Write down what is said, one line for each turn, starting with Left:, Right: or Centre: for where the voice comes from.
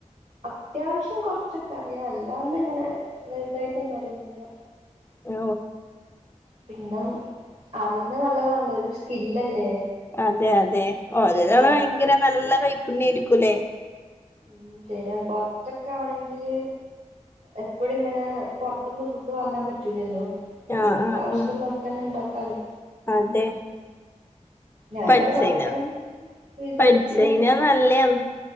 Right: അത്യാവശ്യം കൊറച്ചൊക്കെ അറിയാം അല്ലാണ്ട് ഇങ്ങനെ വെൽതായിട്ടൊന്നും അറിയൊന്നുല്ല
Left: ഓ
Right: പിന്നെ അറിയുന്ന നല്ലതാണല്ലോ ഒരു സ്കില്ലല്ലേ
Left: അതെ അതെ <unintelligible>
Right: പൊറ
Left: ഭയങ്കര നല്ല കൈപ്പുണ്യ ആയിരിക്കുംല്ലേ
Right: ഉം ശരി പൊറത്തൊക്കാണെങ്കില് എപ്പഴും ഇങ്ങനെ പുറത്ത്ന്ന് ഫുഡ് വാങ്ങാൻ പറ്റൂലല്ലോ നമ്മക്ക്
Left: ആഹ് ആഹ്
Right: ആവശ്യമുള്ള
Left: ആഹ്
Right: നമ്ക്കന്നെ ഉണ്ടാക്കാലോ
Left: അതെ
Right: ഞാനിങ്ങനെ
Left: പഠിച്ചേന
Right: പഠിക്കണം വിചാരിക്ണ്
Left: പഠിച്ചേന
Right: ണ്ട്
Left: നല്ലയാന്ന്